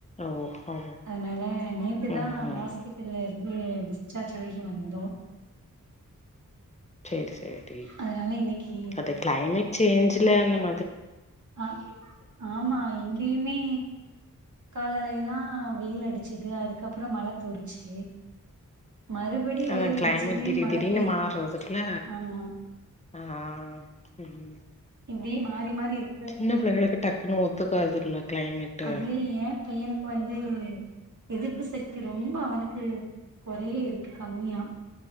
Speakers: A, on the left; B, on the right.
A: ஓ ஓ
B: அதனால நேத்து தா
A: ம்
B: ஹாஸ்பிட்டல்ல இருந்து டிஸ்ச்சார்ஜ் ஆயி வெளிய வந்தோ
A: சேரி சேரி டி
B: அதனால இன்னைக்கு
A: அது கிளைமேட் சேஞ்சல அந்தமா
B: அ ஆமா இங்கேயுமே காலைலல்லா வெயில் அடிச்சிது அதுக்கப்றோ மழை தூரிச்சி மறுபடி
A: அதா
B: வெயில்
A: கிளைமேட்
B: அடிச்சது
A: திடீர்
B: மழை
A: திடீர்னு
B: பெயுது
A: மாறுறதுல
B: ஆமா
A: ஆ தோழி
B: இப்டி மாறி மாறி இருக்கு
A: சின்ன பிள்ளைளுக்கு டக்குன்னு ஒத்துக்காதுல்ல கிளைமேட்டு
B: அதுலயு ஏயா பையனுக்கு வந்து எதிர்ப்பு சக்தி ரொம்ப அவனுக் கு குறையே இருக்கு கம்மியா